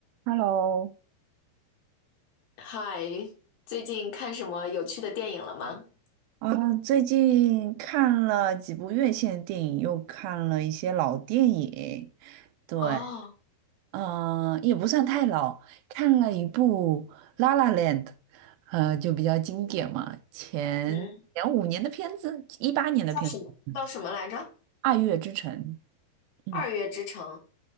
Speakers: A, on the right; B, on the left.
A: Hello，
B: 嗨，最近看什么有趣的电影了吗？
A: 啊，最近看了几部院线电影，又看了一些老电影。对，
B: 哦，
A: 嗯、也不算太老，看了一部《La La Land》，呃，就比较经典嘛，前前五年的片子，
B: 嗯嗯，
A: 一八年的片子，
B: 叫什么？
A: 嗯
B: 叫什么来着？
A: 爱乐之城》。嗯，
B: 《二月之城》。